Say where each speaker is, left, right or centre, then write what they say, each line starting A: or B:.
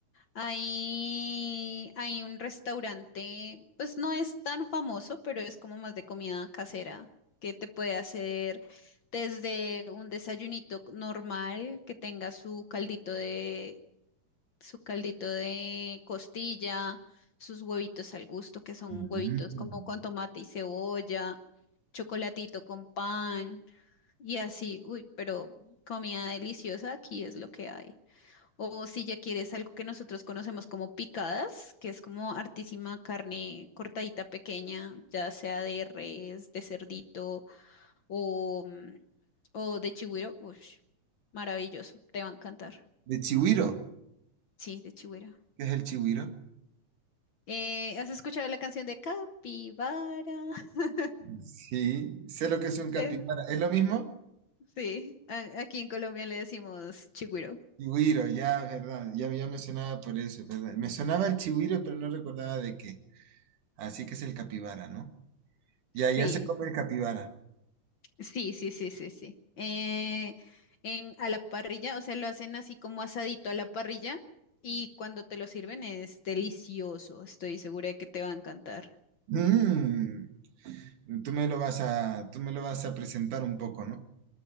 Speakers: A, on the left (about 55°); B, on the right (about 80°).
A: ahí hay un restaurante, pues no es tan famoso, pero es como más de comida casera, que te puede hacer desde un desayunito normal que tenga su caldito de, su caldito de costilla, sus huevitos al gusto, que son
B: Mm.
A: huevitos como con tomate y cebolla, chocolatito con pan y así, uy, pero comida deliciosa aquí es lo que hay. O si ya quieres algo que nosotros conocemos como picadas, que es como artísima carne cortadita pequeña, ya sea de res, de cerdito o, mm, o de chigüiro, uy, maravilloso, te va a encantar.
B: ¿De chigüiro?
A: Sí, de chigüiro.
B: ¿Qué es el chigüiro?
A: Eh, ¿has escuchado la canción de Capibara? <laughs>
B: Sí, sé lo que es un capibara.
A: Es-
B: ¿Es lo mismo?
A: sí, a- aquí en Colombia le decimos chigüiro.
B: Chigüiro, ya, verdad. Ya, ya me sonaba por eso, ¿verdad? Me sonaba el chigüiro, pero no recordaba de qué. Así que es el capibara, ¿no? Ya, ya
A: Sí,
B: se come el capibara.
A: sí, sí, sí, sí, sí. Eh, en, a la parrilla, o sea, lo hacen así como asadito a la parrilla y cuando te lo sirven es delicioso. Estoy segura de que te va a encantar.
B: Mm, tú me lo vas a, tú me lo vas a presentar un poco, ¿no?